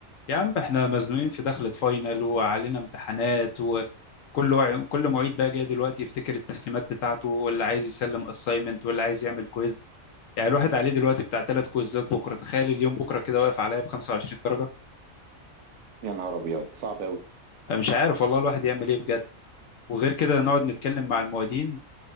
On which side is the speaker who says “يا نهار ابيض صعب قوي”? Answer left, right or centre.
Right